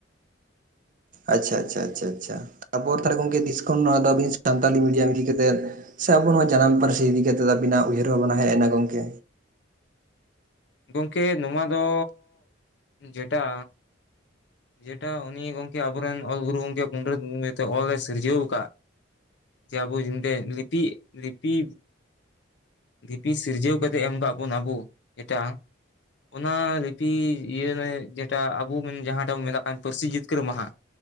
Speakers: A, on the right; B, on the left.
A: ᱟᱪᱪᱷᱟ ᱟᱪᱪᱷᱟ ᱟᱪᱪᱷᱟ ᱟᱪᱷᱟ ᱟᱪᱪᱷᱟ ᱛᱟᱯᱚᱨ ᱛᱟᱞᱦᱮ ᱜᱚᱝᱠᱮ ᱛᱤᱥ ᱠᱷᱚᱱ ᱱᱚᱣᱟ ᱫᱚ ᱥᱟᱱᱛᱟᱞ ᱢᱤᱰᱤᱭᱟᱢ ᱤᱫᱤ ᱠᱟᱛᱮᱫ ᱥᱮ ᱟᱵᱚ ᱱᱚᱣᱟ ᱡᱟᱱᱟᱢ ᱯᱟᱹᱨᱥᱤ ᱤᱫᱤ ᱠᱟᱛᱮᱫ ᱟᱵᱤᱱᱟᱜ ᱩᱭᱦᱟᱹᱨ ᱵᱷᱟᱵᱚᱱᱟ ᱦᱮᱡ ᱮᱱᱟ ᱜᱚᱢᱠᱮ
B: ᱜᱚᱢᱠᱮ ᱱᱚᱣᱟ ᱫᱚ ᱡᱮᱴᱟ ᱡᱮᱴᱟ ᱩᱱᱤ ᱜᱚᱝᱠᱮ ᱟᱵᱚᱨᱮᱱ ᱚᱞ ᱜᱩᱨᱩ ᱜᱚᱝᱠᱮ ᱯᱚᱱᱰᱤᱛ ᱱᱚᱛᱮ ᱚᱞᱮ ᱥᱤᱨᱡᱟᱹᱣ ᱟᱠᱟᱫ ᱡᱮ ᱟᱵᱚ ᱡᱤᱱ ᱛᱮᱫ ᱞᱤᱯᱤ ᱞᱤᱯᱤ ᱞᱤᱯᱤ ᱥᱤᱨᱡᱟᱹᱣ ᱠᱟᱛᱮᱫ ᱮᱢ ᱟᱠᱟ ᱵᱚᱱ ᱟᱵᱚ ᱡᱮᱴᱟ ᱚᱱᱟ ᱞᱤᱯᱤ ᱤᱭᱟᱹ ᱨᱮ ᱡᱮᱴᱟ ᱟᱵᱚ ᱵᱚᱱ ᱡᱟᱦᱟᱸ ᱵᱚᱱ ᱢᱮᱛᱟᱜ ᱠᱟᱱ ᱯᱟᱹᱨᱥᱤ ᱡᱤᱛᱠᱟᱹᱨ ᱢᱟᱦᱟ